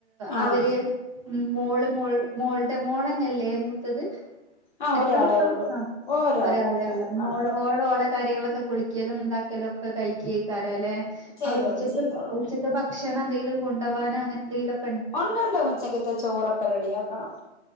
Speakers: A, on the left; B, on the right.
A: ആഹ്
B: അവര് മം മോള് മോൾ മോളുടെ മോളന്നല്ലേ മൂത്തത്
A: ആഹ്
B: എത്ര
A: ഒരാളെ
B: മക്കള്
A: ഉള്ളൂ
B: ആ
A: ഒരാള്
B: ഒരാളെ
A: ഒരാള്
B: ഒള്ളു മോള്
A: ആഹ്
B: ഓള കറികളൊക്കെ കുളിക്കലും ഇണ്ടാക്കലും ഒക്കെ കഴിക്കോക്കാരല്ലെ
A: ചെയ്തോളും
B: ആ ഉച്ചക്ക്
A: ചെയ്തോളും
B: ഉച്ചക്ക് ഭക്ഷണം എന്തെങ്കിലും കൊണ്ടോ കാനോ അങ്ങനെ എന്തെങ്കിലോ കെ
A: ഒണ്ടൊണ്ട് ഉച്ചക്കത്തെ ചോറൊക്കെ റെഡിയാക്കണം